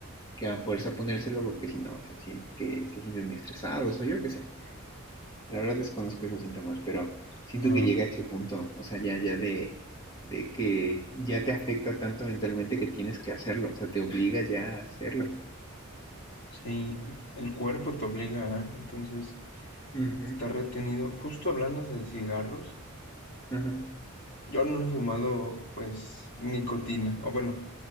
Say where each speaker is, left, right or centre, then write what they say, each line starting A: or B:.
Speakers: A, on the left (about 20°); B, on the left (about 55°).
A: que a fuerza ponérselo porque si no se, sienten que se sienten muy estresados o yo qué sé. La verdad desconozco esos síntomas, pero siento
B: Ajá,
A: que llega a ese punto, o sea, ya, ya de, de que ya te afecta tanto mentalmente que tienes que hacerlo, o sea, te obliga ya a hacerlo.
B: sí, el cuerpo te obliga, ¿eh? Entonces,
A: Ujú,
B: está retenido. Justo hablando de cigarros.
A: Ajá,
B: Yo no he fumado, pues, nicotina, o bueno,